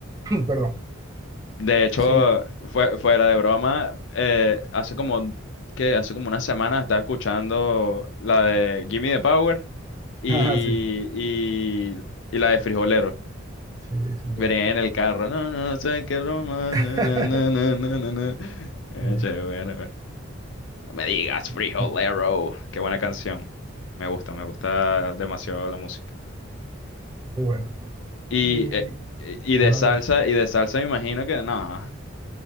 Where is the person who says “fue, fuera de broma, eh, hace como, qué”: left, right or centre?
Left